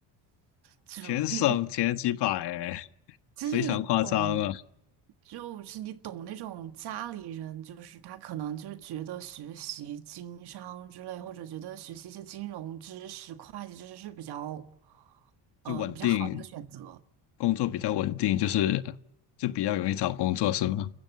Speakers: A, on the right; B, on the left.
A: 就你你
B: 全省前几百，哎，
A: 其实你懂，
B: 非常夸张啊！
A: 就是你懂那种家里人，就是他可能就是觉得学习经商之类，或者觉得学习一些金融知识、会计知识是比较，呃，
B: 就稳定，
A: 比较好的一个选择。
B: 工作比较稳定，就是就比较容易找工作，是吗？